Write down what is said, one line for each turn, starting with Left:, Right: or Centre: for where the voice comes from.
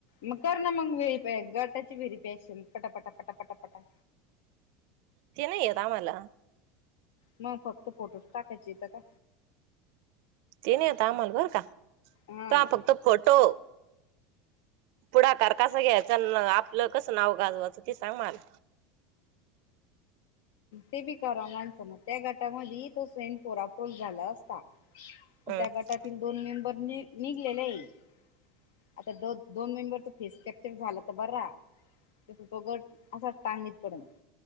Left: मग कर ना म व्हेरिफाय गटाची विहिरी प्याश पटापटा पटा पटा पटा.
Right: ते नाही येत आम्हाला.
Left: मग फक्त फोटोज टाकायचे तर का
Right: ते नाही. ता मल बर का,
Left: हा
Right: फक्त फोटो. पुढाकार कसं घ्यायचा आपलं कसं नाव गाजवाचं ते सांग मला.
Left: ते बी करा माणसं ना त्या गटामध्ये तो सैण पोरापर झाला असता. पण
Right: हम्म
Left: त्या गटातील दोन मेंबर नि निघलेले आहे. आता दो दोन मेंबरच फेस कॅपचर झालं तर बरा. तो गट असाच टांगणीत पडंन.